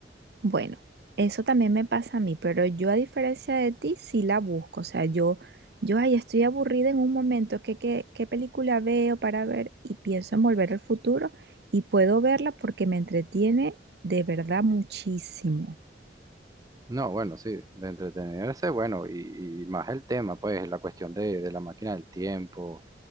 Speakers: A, on the right; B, on the right.
A: Bueno, eso también me pasa a mí, pero yo a diferencia de ti sí la busco. O sea, yo, yo ahí estoy aburrida en un momento, ¿qué, qué, qué película veo para ver? Y pienso en Volver al Futuro y puedo verla porque me entretiene de verdad muchísimo.
B: No, bueno, sí, de entretenerse, bueno, y, y más el tema, pues, la cuestión de, de la máquina del tiempo.